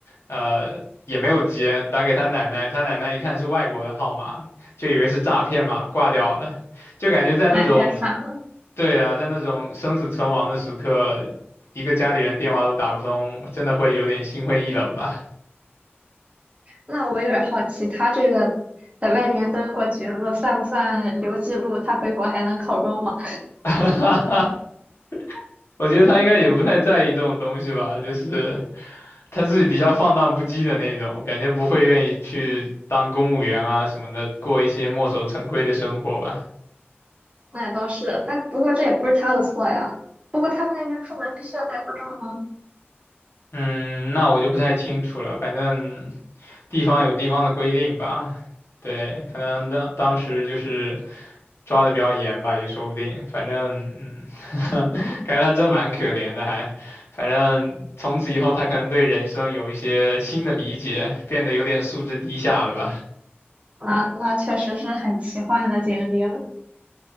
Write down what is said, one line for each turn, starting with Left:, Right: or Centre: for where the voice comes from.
Left: 呃。也没有接，打给他奶奶，他奶奶一看是外国的号码，就以为是诈骗嘛，挂掉了。就感觉在那种，
Right: 那也太惨了。
Left: 对啊，在那种生死存亡的时刻，一个家里人电话都打不通，我真的会有点心灰意冷吧。
Right: 那我有点好奇，他这个在外面蹲过局子，算不算留记录？他回国还能考公吗？
Left: <laughs> 我觉得他应该也不太在意这种东西吧，就是他是比较放荡不羁的那种，感觉不会愿意去当公务员啊什么的，过一些墨守成规的生活吧。
Right: <laughs> 那也倒是，但不过这也不是他的错呀。不过他们那边出门必须要带护照吗？
Left: 嗯，那我就不太清楚了，反正地方有地方的规定吧。对，可能当当时就是抓的比较严吧，也说不定。反正，嗯，<laughs> 感觉他真蛮可怜的还，反正从此以后，他可能对人生有一些新的理解，变得有点素质低下了吧？
Right: 那那确实是很奇幻的经历了。